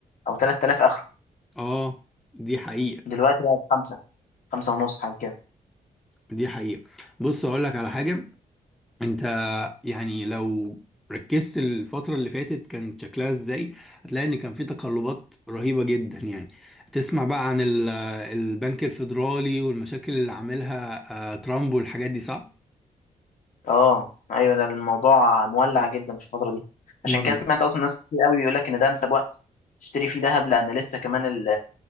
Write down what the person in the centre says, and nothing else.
آه دي حقيقة
دي حقيقة بص أقول لك على حاجة انت يعني لو ركزت الفترة اللي فاتت كان شكلها ازاي هتلاقي ان كان في تقلبات رهيبة جدا يعني تسمع بقى عن ال- آه، البنك الفيدرالي والمشاكل اللي عاملها آه، ترامب والحاجات دي صح؟
امم